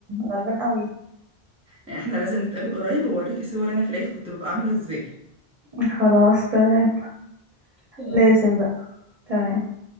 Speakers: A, on the right; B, in the centre.
A: غلبان قوي
B: يعني احنا لازم نتقابل قريب وأوريكي صور أنا في العيد كنت ببقى عاملة إزاي
A: خلاص تمام
B: آه.
A: لازم بقى تمام